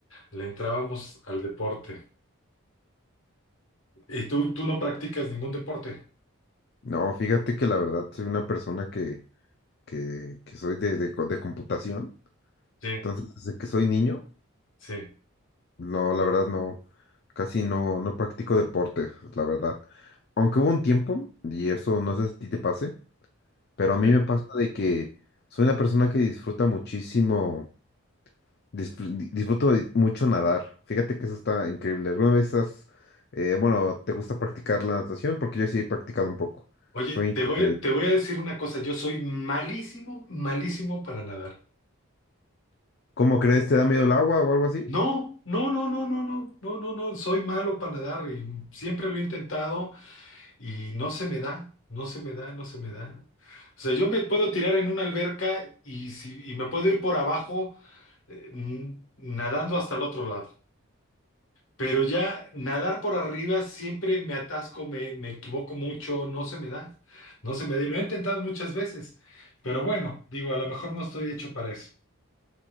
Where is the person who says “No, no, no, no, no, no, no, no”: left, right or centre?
Left